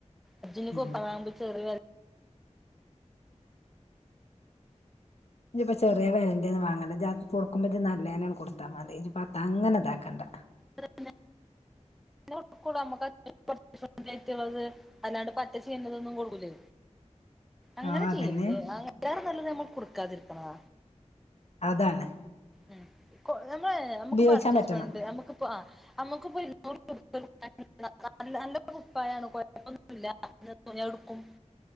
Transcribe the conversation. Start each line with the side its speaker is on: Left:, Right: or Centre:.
Centre: അർജുന്
Left: ഉം
Centre: കുപ്പമാവുമ്പോ ചെറിയ വ
Left: ഇഞ്ഞിപ്പോ ചെറിയ വെലെന്റെ വാങ്ങണ്ട ജ് ആർക്കെ കൊടുക്കുമ്പോ ഇജ്ജ് നല്ലേന്നെ കൊടുത്താ മതി ഇജ്ജ്‌പ്പോ അങ്ങനെ ഇതാക്കണ്ട
Centre: <inaudible> ന്നാ ഒടുക്കും ഇടാ നമ്മക്ക് അത്യാവശ്യം പുറത്തിക്കിടാൻ പറ്റുന്നത് അല്ലാതെ പറ്റെ ചീഞ്ഞതൊന്നും കൊള്ളൂലെ അങ്ങനെ
Left: ആഹ് അതന്നെ
Centre: ചെയ്യരുത് അതിലേറെ നല്ലത് നമ്മൾ കൊടുക്കാതിരിക്ക്ണതാ
Left: അതാണ്
Centre: ഉം കൊ നമ്മള് നമ്മുക്കിപ്പ
Left: ഉപയോഗിച്ചാൻ
Centre: അഡ്ജസ്മെന്റ്
Left: പറ്റണം
Centre: നമ്മുക്കിപ്പ ആഹ് നമ്മക്ക്പ്പോ <unintelligible> നല്ല നല്ലൊരു കുപ്പായാണ് കുഴപ്പൊന്നല്ല ഞ എടുക്കും